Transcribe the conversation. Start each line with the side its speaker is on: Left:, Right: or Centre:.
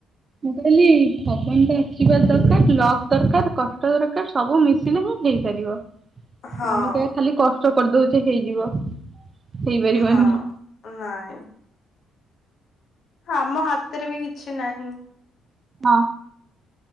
Right: ମୁଁ କହିଲି ଭଗବାନଙ୍କ ଆଶିର୍ବାଦ ଦରକାର, ଲକ୍ ଦରକାର, କଷ୍ଟ ଦରକାର ସବୁ ମିଶ ଶିଲି ମୁ ହେଇପାରିବ
Left: ହଁ
Right: ଆମେ କହିଆ ଖାଲି କଷ୍ଟ କରିଦଉଛେ ହେଇଯିବ। ହେଇପାରିବନି।
Left: ହଁ ନାଇଁ। ଆମ ହାତରେ ବି କିଛି ନାହିଁ।
Right: ହଁ।